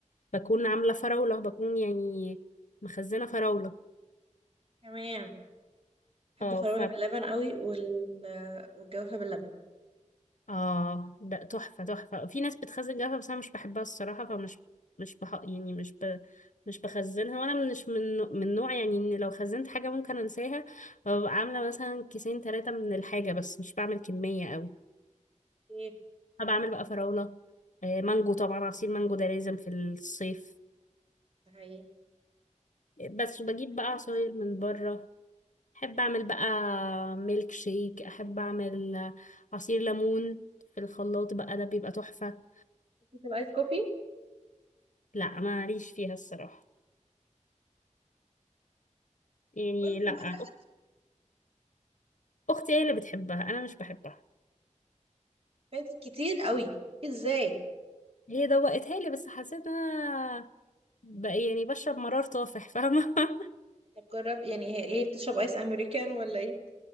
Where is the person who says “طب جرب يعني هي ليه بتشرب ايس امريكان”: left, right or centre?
Right